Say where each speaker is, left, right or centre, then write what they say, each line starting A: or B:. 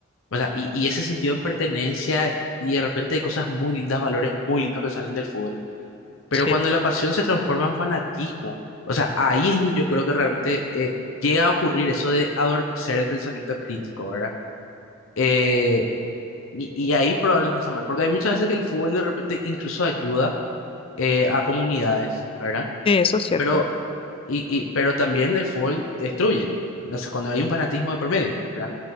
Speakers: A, on the left; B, on the left.
A: o sea, y, y ese sentido de pertenencia y de repente hay cosas muy lindas, valores muy lindos que salen del fútbol. Pero
B: sí,
A: cuando
B: total.
A: la pasión se transforma en fanatismo, o sea, ahí es donde yo creo que realmente eh, llega a ocurrir eso de adormecer el pensamiento crítico, ¿verdad? Eh, y, y ahí probablemente está mal, porque hay muchas veces que el fútbol de repente incluso ayuda eh, a comunidades, ¿verdad?
B: Sí, eso es cierto.
A: Pero, y, y- pero también el fútbol destruye, o sea, cuando hay un fanatismo de por medio, ¿verdad?